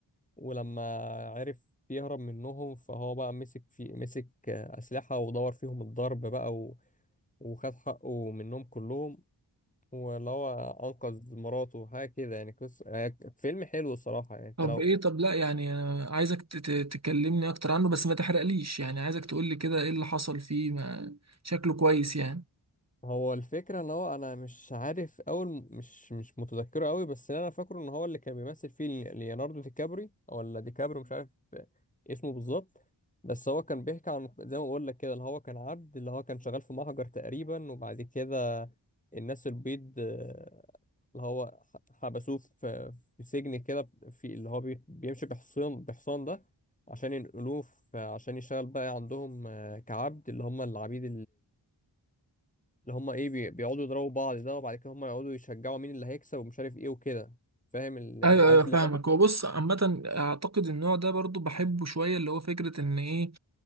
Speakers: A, on the left; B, on the right.
A: ولما عرف يهرب منهم فهو بقى مسك في مسك آه، اسلحة ودور فيهم الضرب بقى و... وخد حقه منهم كلهم واللي هو انقذ مراته حاجه كده يعني قصه يعني فيلم حلو الصراحه يعني انت
B: طب
A: لو
B: ايه طب لا يعني أنا عايزك ت- ت- تكلمني اكتر عنه بس ما تحرقليش يعني عايزك تقولي كده ايه اللي حصل فيه ما شكله كويس يعني
A: هو الفكرة ان هو انا مش عارف اول مش مش متذكره قوي بس اللي انا فاكره ان هو اللي كان بيمثل فيه لي- ليوناردو دي كابري ولا دي كابري مش عارف اسمه بالظبط بس هو كان بيحكي عن زي ما بقول لك كده اللي هو كان عبد اللي هو كان شغال في محجر تقريبا وبعد كده الناس البيض آه، اللي هو ح- حبسوه في في سجن كده في اللي هو بي- بيمشي بحصان بحصان ده عشان ينقلوه في- عشان يشتغل بقى عندهم آه، كعبد اللي هم العبيد اللي هم ايه بي- بيقعدوا يضربوا بعض ده وبعد كده هم يقعدوا يشجعوا مين اللي هيكسب ومش عارف ايه وكده فاهم ال-
B: ايوه
A: عارف
B: ايوه فاهمك
A: اللعبه دي
B: هو بص عامة اعتقد النوع ده برضو بحبه شوية اللي هو فكرة ان ايه